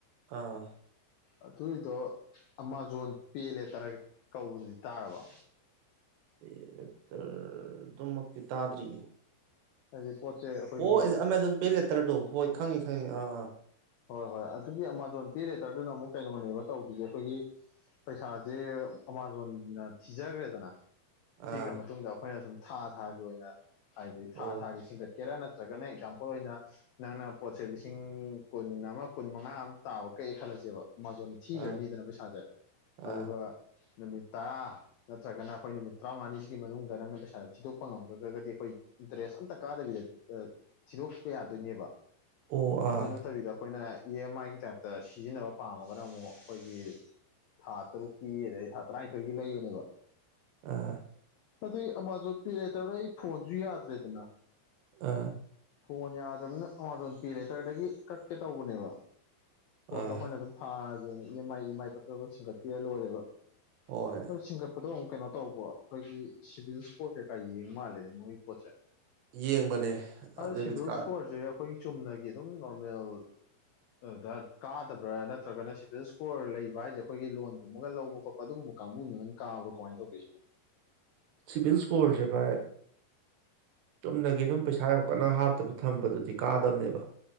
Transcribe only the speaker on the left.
ꯑꯗꯨꯏꯗꯣ ꯑꯃꯥꯥꯖꯣꯟ ꯄꯦ ꯂꯦꯇꯔ ꯀꯧꯕꯗꯨꯗꯤ ꯇꯥꯔꯕꯣ
ꯍꯥꯏꯗꯤ ꯄꯣꯠꯁꯦ ꯑꯩꯈꯣꯏꯒꯤ
ꯍꯣꯏ ꯍꯣꯏ ꯑꯗꯨꯒꯤ ꯑꯃꯥꯃꯥꯖꯣꯟ ꯄꯦ ꯂꯦꯇꯔꯗꯨꯅ ꯑꯃꯨꯛ ꯀꯩꯅꯣꯅꯦꯕ ꯇꯧꯗꯣꯏꯁꯦ ꯑꯩꯈꯣꯏꯒꯤ ꯄꯩꯁꯥꯁꯦ ꯑꯝꯃꯥꯖꯣꯟꯅ ꯊꯤꯖꯈ꯭ꯔꯦꯗꯅ ꯊꯤꯈ꯭ꯔ
ꯃꯇꯨꯡꯗ ꯑꯩꯈꯣꯏꯅ ꯁꯨꯝ ꯊꯥ ꯊꯥꯒꯤ ꯑꯣꯏꯅ ꯍꯥꯏꯗꯤ ꯊꯥ
ꯊꯥꯒꯤ ꯁꯤꯡꯒꯠ ꯀꯦꯔꯥ ꯅꯠꯇ꯭ꯔꯒꯅ ꯑꯦꯛꯖꯥꯝꯄꯜ ꯑꯣꯏꯅ ꯅꯪꯅ ꯄꯣꯠꯁꯦ ꯂꯤꯁꯤꯡ ꯀꯨꯟ ꯑꯃ ꯀꯨꯟ ꯃꯉꯥ ꯑꯃ ꯇꯥꯕ ꯀꯛꯑꯦ ꯈꯜꯂꯁꯦꯕ ꯑꯃꯥꯖꯣꯟꯅ
ꯊꯤꯈ꯭ꯔꯅꯤꯗꯅ ꯄꯩꯁꯥꯁꯦ
ꯑꯗꯨꯒ ꯅꯨꯃꯤꯠ ꯇꯔꯥ ꯅꯠꯇ꯭ꯔꯒꯅ ꯑꯩꯈꯣꯏ ꯅꯨꯃꯤꯠ ꯇꯔꯥꯃꯉꯥꯅꯤꯁꯤꯒꯤ ꯃꯅꯨꯡꯗ ꯅꯪꯅ ꯄꯩꯁꯥ ꯊꯤꯗꯣꯛꯄ ꯉꯝꯈ꯭ꯔꯒꯗꯤ ꯑꯩꯈꯣꯏ ꯏꯟꯇꯔꯦꯁ ꯑꯝꯇ ꯀꯥꯗꯕꯤꯗ ꯊꯤꯗꯣꯛꯄ ꯌꯥꯗꯣꯏꯅꯦꯕ
ꯑꯗꯨ ꯅꯠꯇꯕꯤꯗ ꯑꯩꯈꯣꯏꯅ ꯏ ꯑꯦꯝ ꯑꯥꯏꯒꯤ ꯇꯥꯏꯞꯇ ꯁꯤꯖꯤꯟꯅꯕ ꯄꯥꯝꯃꯒꯅ ꯑꯃꯨꯛ ꯑꯩꯈꯣꯏꯒꯤ ꯊꯥ ꯇꯔꯨꯛꯀꯤ ꯑꯗꯩꯗꯤ ꯊꯥ ꯇꯔꯥꯅꯤꯊꯣꯏꯒꯤ ꯂꯩꯕꯅꯦꯕ
ꯑꯗꯨꯏ ꯑꯃꯥꯖꯣꯟ ꯄꯦ ꯂꯦꯇꯔꯗꯣ ꯑꯩ ꯐꯣꯟꯁꯨ ꯌꯥꯗ꯭ꯔꯦꯗꯅ
ꯐꯣꯟ ꯌꯥꯗ꯭ꯔꯝꯅꯤꯅ ꯑꯃꯥꯥꯖꯣꯟ ꯄꯦ ꯂꯩꯇꯔꯗꯒꯤ ꯀꯛꯀꯦ ꯇꯧꯕꯅꯦꯕ ꯄꯣꯠꯇꯣ
ꯑꯩꯈꯣꯏꯅ ꯑꯗꯨꯝ ꯊꯥꯒꯤ ꯑꯣꯏꯅ ꯏ ꯑꯦꯝ ꯑꯥꯏ ꯏ ꯑꯦ ꯃꯥꯏ ꯀꯛ ꯇꯛ ꯇꯛ ꯁꯤꯡꯒꯠꯄꯤꯔ ꯂꯣꯏꯔꯦꯕ
ꯑꯗꯣ ꯁꯤꯡꯒꯠꯄꯗꯣ ꯑꯃꯨꯛ ꯀꯩꯅꯣ ꯇꯧꯕ ꯑꯩꯈꯣꯏꯒꯤ ꯁꯤꯚꯤꯜ ꯁꯄꯣꯔꯠ ꯀꯩꯀꯥ ꯌꯦꯡ ꯃꯥꯜꯂꯦꯅꯦ ꯃꯣꯏꯒꯤ ꯄꯣꯠꯁꯦ
ꯑꯗꯣ
ꯁꯤꯚꯤꯜ
ꯏꯁꯀꯣꯔꯁꯦ ꯑꯩꯈꯣꯏꯒꯤ ꯆꯨꯝꯅꯒꯤ ꯑꯗꯨꯝ ꯅꯣꯔꯃꯦꯜ ꯑꯗꯨꯗ ꯀꯥꯗꯕ꯭ꯔꯥ ꯅꯠꯇ꯭ꯔꯒꯅ ꯁꯤꯚꯤꯜ ꯏꯁ꯭ꯀꯣꯔ ꯂꯩꯕ ꯍꯥꯏꯁꯦ ꯑꯩꯈꯣꯏꯒꯤ ꯂꯣꯟꯒꯨꯝꯕꯒ ꯂꯧꯕ ꯈꯣꯠꯄ ꯑꯗꯨꯒꯨꯝꯕ ꯀꯥꯡꯕꯨꯅ ꯅꯪ ꯀꯥꯕ꯭ꯔꯣ ꯀꯃꯥꯏꯅ ꯇꯧꯒꯦꯁꯤꯕꯨ